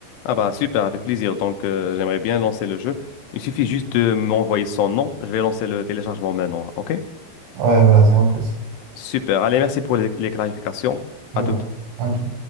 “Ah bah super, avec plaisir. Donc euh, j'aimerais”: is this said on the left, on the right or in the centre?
Left